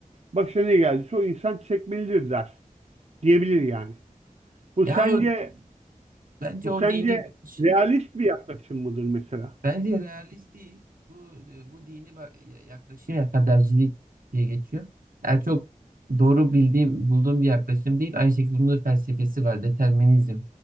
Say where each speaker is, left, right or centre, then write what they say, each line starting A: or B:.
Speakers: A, on the right (about 50°); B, on the right (about 80°).
A: başına ne geldiyse o insan çekmelidir der. Diyebilir yani. Bu
B: Ya
A: sence
B: o bence
A: bu
B: o
A: sence
B: dini bakış
A: realist bir yaklaşım mıdır mesela?
B: Bence realist değil. Bu e, bu dini ba- yaklaşım ya kadercilik diye geçiyor. Yani çok doğru bildiğim, bulduğum bir yaklaşım değil. Aynı şekilde bunun da felsefesi var. Determinizm